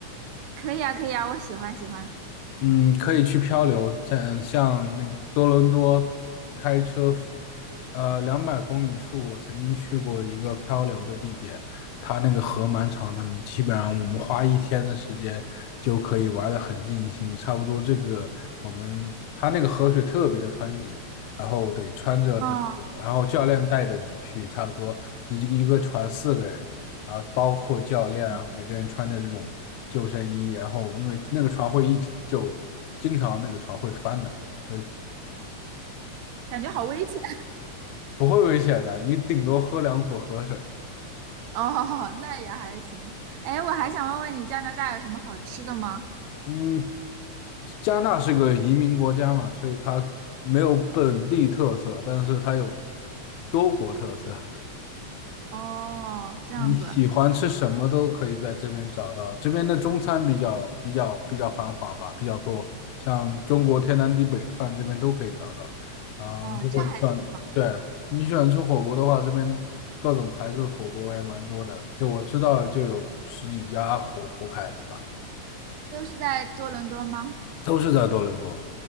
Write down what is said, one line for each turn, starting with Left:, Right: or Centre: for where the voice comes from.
Right: 可以啊，可以啊，我喜欢喜欢。
Left: 嗯，可以去漂流，像像那个多伦多开车，呃，两百公里处，我曾经去过一个漂流的地点，它那个河蛮长的，基本上我们花一天的时间就可以玩的很尽兴，差不多这个我们它那个河水特别的湍急，然后得穿着那个，
Right: 哦，
Left: 然后教练带着你去，差不多一个一个船四个人，然后包括教练啊，
Right: 嗯，
Left: 每个人穿着这种。救生衣，然后因为那个船会一直救，经常那个船会翻的，危
Right: 感觉好危险
Left: 不会危险的，你顶多喝两口河水。
Right: <laughs> 哦，那也还行。哎，我还想问问你，加拿大有什么好吃的吗？
Left: 嗯，加纳是个移民国家嘛，所以它没有本地特色，但是它有多国特色。
Right: 哦，这样子，
Left: 你喜欢吃什么都可以在这边找到，这边的中餐比较比较比较繁华吧，比较多，像中国天南地北的饭这边都可以找到。嗯，
Right: 哦，
Left: 如果你喜欢，
Right: 这还挺好。
Left: 对，你喜欢吃火锅的话，这边各种牌子的火锅也蛮多的，就我知道就有十几家火锅牌子吧，
Right: 都是在多伦多吗？
Left: 都是在多伦多。